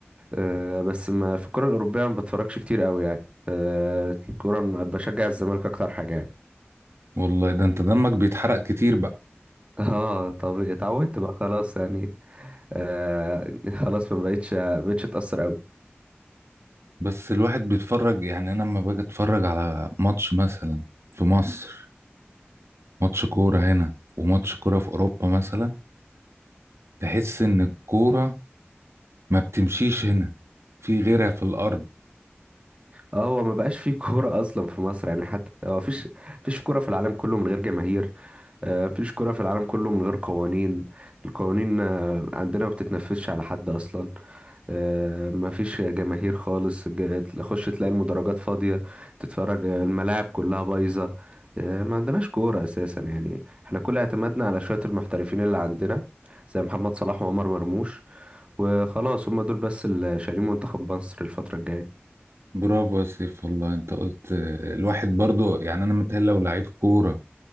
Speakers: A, on the right; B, on the right.
A: آه، بس ما في الكرة الأوروبية ما بتفرجش كتير قوي يعني آه، الكرة بشجع الزمالك أكتر حاجة يعني.
B: والله ده انت دمك بيتحرق كتير بقى
A: <laughs> اه طب اتعودت بقى خلاص يعني آه <laughs> خلاص فما بقتش ما بقتش اتأثر قوي
B: بس الواحد بيتفرج يعني انا لما باجي اتفرج على ماتش مثلا في مصر ماتش كورة هنا وماتش كورة في اوروبا مثلا تحس ان الكورة ما بتمشيش هنا في غيرها في الارض
A: اه هو ما بقاش فيه كورة أصلا في مصر يعني حتى هو فيش فيش كورة في العالم كله من غير جماهير آه، مفيش كورة في العالم كله من غير قوانين القوانين آه، عندنا ما بتتنفذش على حد أصلا آه، مفيش جماهير خالص الج- تخش تلاقي المدرجات فاضية تتفرج آه، الملاعب كلها بايظة آه، ما عندناش كورة أساسا يعني احنا كل اعتمادنا على شوية المحترفين اللي عندنا زي محمد صلاح وعمر مرموش وخلاص هما دول بس اللي شايلين منتخب مصر الفترة الجاية
B: برافو يا سيف والله انت قلت الواحد برضو يعني انا متهيألي لو لعيب كورة